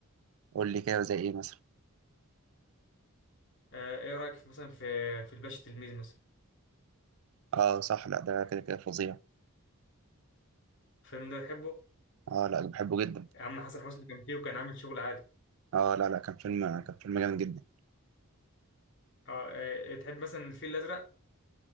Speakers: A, on the right; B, on the left.
A: قول لي كده زي إيه مثلا
B: أه إيه رأيك في مثلا في في الباشا تلميذ مثلا
A: آه صح لا ده كده كده فظيع
B: الفيلم ده تحبه؟
A: آه لا بحبه جدا
B: يا عم حسن حسني كان فيه وكان عامل شغل عالي
A: آه لا لا كان فيلم كان فيلم جامد جدا
B: أه آه، تحب مثلا الفيل الأزرق؟